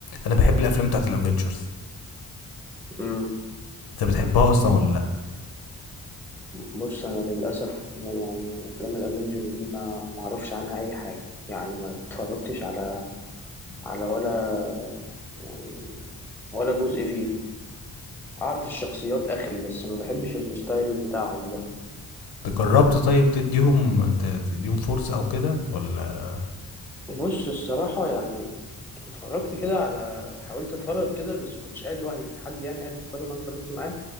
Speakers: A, on the left (about 85°); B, in the centre.
A: انا بحب الافلام بتاعت الافينجرز
B: مم.
A: انت بتحبها اصلا ولا لا
B: بص انا للاسف يعني افلام الافينجرز دي ما ما اعرفش عنها اي حاجه يعني ما اتفرجتش على على ولا يعني ولا جزء فيهم اعرف الشخصيات اخري بس ما بحبش الستايل بتاعهم ده
A: أنت جربت طيب تديهم ت- تديهم فرصه او كده ولا
B: بص الصراحه يعني اتفرجت كده على حاولت اتفرج كده بس كنتش قاعد لوحدي كان حد يعني قاعد بيتفرج وانا اتفرجت معاه